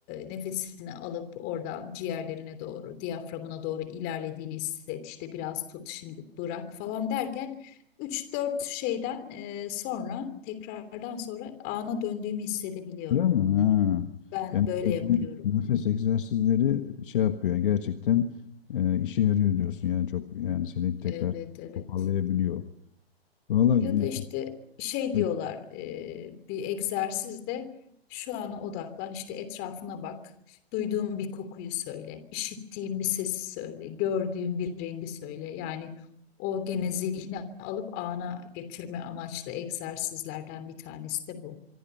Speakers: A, on the left; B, on the left.
A: nefesini alıp oradan ciğerlerine doğru, diyaframına doğru ilerlediğini hisset. İşte biraz tut şimdi durak falan derken üç dört şeyden e, sonra tekrardan sonra ana döndüğümü hissedebiliyorum.
B: Öyle mi? Ha.
A: Ben
B: Yani
A: böyle
B: o
A: yapıyorum.
B: nefes egzersizleri şey yapıyor. Gerçekten e, işe yarıyor diyorsun. Yani çok yani seni tekrar
A: Evet, evet.
B: toparlayabiliyor. Vallahi
A: Ya da işte şey
B: e,
A: diyorlar e, bir egzersizde şu ana odaklan işte etrafına bak. Duyduğun bir kokuyu söyle, işittiğin bir sesi söyle, gördüğün bir rengi söyle. Yani o gene zihni alıp ana getirme amaçlı egzersizlerden bir tanesi de bu.